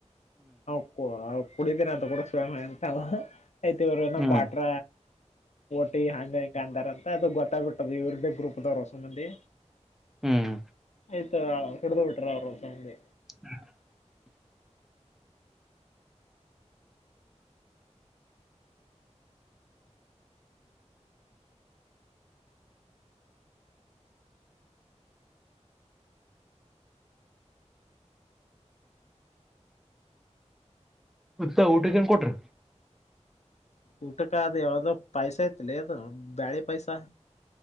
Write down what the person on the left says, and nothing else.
<unintelligible> ಕುಡಿತೀನ ಅಂತ ಕೂಡಸ್ಮ ಅಂತ ಆಯ್ತ ಇವರು ಏನೋ
ಕ್ವಾಟ್ರ.
ಓಟಿ ಹಂಗ ಹಿಂಗ ಅಂದಾರ ಅಂತ ಅದು ಗೊತ್ತಾಗ್ಬಿಟ್ಟದು ಇವ್ರ್ದೇ ಗ್ರೂಪ್ದ ಅದಾರ ಅಷ್ಟು ಮಂದಿ.
ಆಯ್ತಾ ಕಡ್ದ ಬಿಟ್ರ ಅವರು ಹೊಸ ಮಂದಿ.
ಊಟಕ ಅದು ಯಾವ್ದೋ ಪೈಸ ಇತ್ತಲೇ ಅದು ಬ್ಯಾಳೆ ಪೈಸಾ.